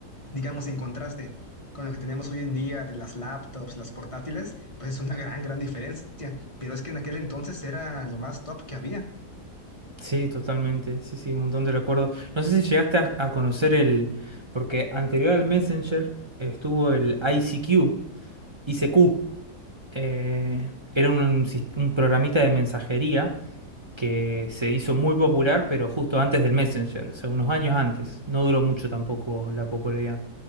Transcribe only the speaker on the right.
Sí, totalmente. Sí, sí, un montón de recuerdos. No sé si llegaste a, a conocer el... Porque anterior al Messenger estuvo el ICQ, ICQ. Eh, era un, sis- un programita de mensajería que se hizo muy popular, pero justo antes del Messenger, o sea, unos años antes. No duró mucho tampoco la popularidad.